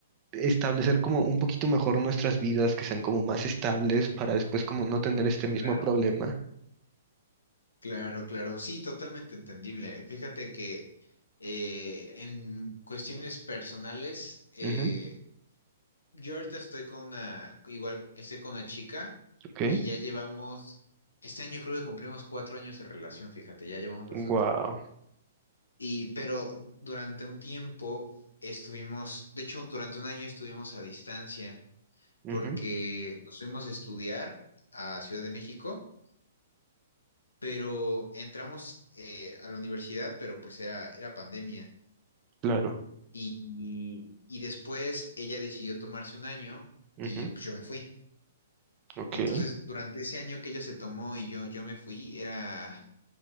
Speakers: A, on the right; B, on the left.
A: establecer como un poquito mejor nuestras vidas, que sean como más estables para después como no tener este mismo
B: claro,
A: problema.
B: claro, claro. Sí, totalmente entendible. Fíjate que eh, en cuestiones personales, eh,
A: Ujú.
B: yo ahorita estoy con una, igual estoy con una chica
A: Ok.
B: y ya llevamos, este año creo que cumplimos cuatro años de relación, fíjate, ya llevamos bastante.
A: Wow.
B: Y, pero durante un tiempo estuvimos, de hecho, durante un año estuvimos a distancia.
A: Ujú,
B: porque nos fuimos a estudiar a Ciudad de México, pero entramos eh, a la universidad, pero pues era, era pandemia.
A: Claro.
B: Y, y- y después ella decidió tomarse un año
A: Ujú,
B: y pues yo me fui.
A: Ok.
B: Entonces, durante ese año que ella se tomó y yo, yo me fui, era,